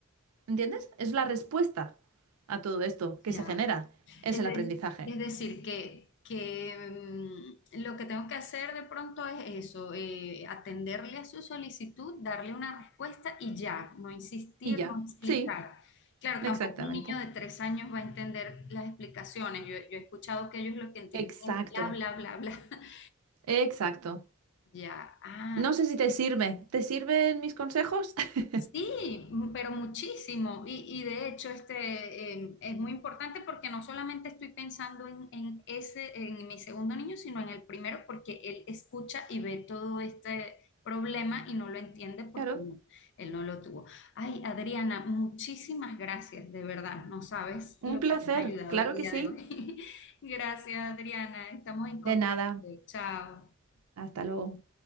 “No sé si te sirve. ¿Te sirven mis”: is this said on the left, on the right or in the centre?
Right